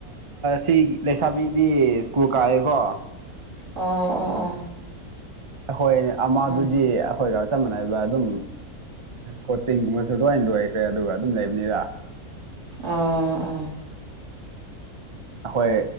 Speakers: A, on the right; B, on the right.
A: ꯁꯤ ꯂꯩꯁꯥꯕꯤꯗꯤ ꯁ꯭ꯀꯨꯜ ꯀꯥꯏꯑꯦꯀꯣ
B: ꯑꯣ ꯑꯣ ꯑꯣ
A: ꯑꯩꯈꯣꯏꯅꯦ ꯑꯃꯗꯨꯗꯤ
B: ꯑꯣ
A: ꯑꯩꯈꯣꯏ ꯆꯞ ꯃꯥꯟꯅꯕ ꯑꯗꯨꯝ ꯀꯣꯆꯤꯡꯒꯨꯝꯕꯁꯨ ꯂꯣꯏꯅ ꯂꯣꯏꯈ꯭ꯔꯦ ꯑꯗꯨꯒ ꯑꯗꯨꯝ ꯂꯩꯕꯅꯤꯔ
B: ꯎꯝ ꯎꯝ
A: ꯍꯣꯏ